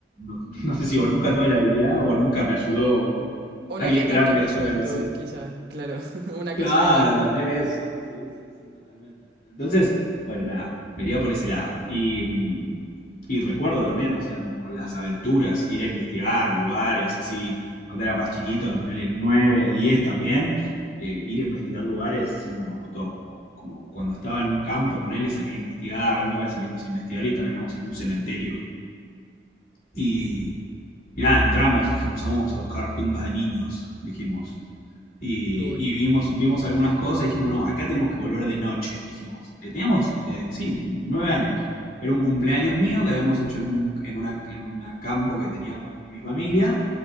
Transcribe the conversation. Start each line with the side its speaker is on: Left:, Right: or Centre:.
Left: no, no sé si o nunca tuve la habilidad o nunca me ayudó
Right: Mm.
Left: un- un-
Right: O
Left: alguien
Right: no había
Left: grande
Right: tanto presupuesto,
Left: a hacer algo así.
Right: quizás, claro. <laughs> Una
Left: Claro,
Right: casa en el árbol.
Left: también eso. Sí, sí, sí, totalmente. Entonces, bueno, nada, vería por ese lado. Y, mm, y recuerdo también, o sea, como las aventuras, ir a investigar lugares así, cuando era más chiquito, ponerle 9, 10 también, eh, ir a investigar lugares siempre me gustó, como, como cuando estaba en un campo, ponerle salir a investigar, una vez salimos a investigar y terminamos en un cementerio. Y, y nada, entramos, dijimos, vamos a buscar tumbas de niños, dijimos y,
Right: Uy.
Left: y vimos, vimos algunas cosas y dijimos, no, acá tenemos que volver de noche, dijimos. Eh, teníamos, eh, sí, nueve años. Era un cumpleaños mío que habíamos hecho en un en una, en una campo que teníamos con mi familia